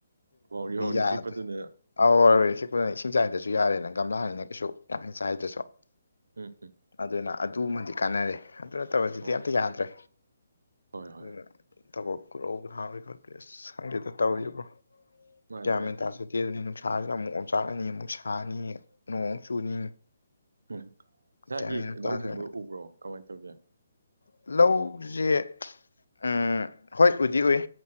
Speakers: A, on the right; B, on the left.
A: ꯋꯥꯎꯔꯤ ꯋꯥꯎꯔꯤ
B: ꯌꯥꯗꯦ
A: ꯈꯤꯛꯄꯗꯨꯅꯦ
B: ꯑꯧ ꯋꯥꯎꯔꯤ ꯋꯥꯎꯔꯤ ꯈꯤꯛꯄꯅ ꯏꯁꯤꯡ ꯆꯥꯏꯗꯁꯨ ꯌꯥꯔꯦꯅ ꯒꯝꯂꯥꯅꯤꯅ ꯀꯩꯁꯨ ꯌꯥꯝ ꯍꯦꯟꯅ ꯆꯥꯏꯗ꯭ꯔꯁꯨ
A: ꯑꯝ ꯍꯨꯝ
B: ꯑꯗꯨꯅ ꯑꯗꯨꯃꯗꯤ ꯀꯥꯟꯅꯔꯦ ꯑꯗꯨ ꯅꯠꯇꯕꯗꯨꯗꯤ
A: ꯑꯣ
B: ꯑꯝꯇ ꯌꯥꯗ꯭ꯔꯦ
A: ꯍꯣꯏ
B: ꯑꯗꯨꯅ
A: ꯍꯣꯏ
B: ꯊꯕꯛ <unintelligible> ꯍꯥꯡꯉꯤꯕ ꯑꯁ ꯈꯣꯗꯦꯗ
A: ꯑꯥ
B: ꯇꯧꯔꯤꯁꯦ ꯕ꯭ꯔꯣ
A: ꯃꯥꯅꯦ
B: ꯀꯌꯥꯃꯦꯟ
A: ꯃꯥꯅꯦ
B: ꯇꯥꯗꯦ <unintelligible> ꯅꯨꯡꯁꯥꯁꯤꯅ ꯑꯃꯨꯛ ꯑꯣꯝꯆꯥꯛꯂꯅꯤ ꯑꯃꯨꯛ ꯁꯥꯅꯤ ꯅꯣꯡꯃꯨꯛ ꯆꯨꯅꯤ
A: ꯎꯝ ꯏꯁꯥꯒꯤ
B: ꯒ꯭ꯌꯥꯟ ꯃꯦꯟ ꯑꯝ ꯇꯥꯗ꯭ꯔꯦ
A: ꯂꯧꯒꯨꯝꯕ ꯎꯕ꯭ꯔꯣ ꯀꯃꯥꯏ ꯇꯧꯒꯦ
B: ꯂꯧꯁꯦ ꯎꯝ ꯍꯣꯏ ꯎꯗꯤ ꯎꯨꯏ